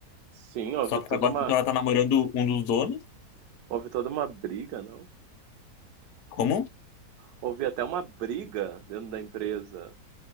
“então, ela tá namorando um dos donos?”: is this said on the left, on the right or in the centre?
Left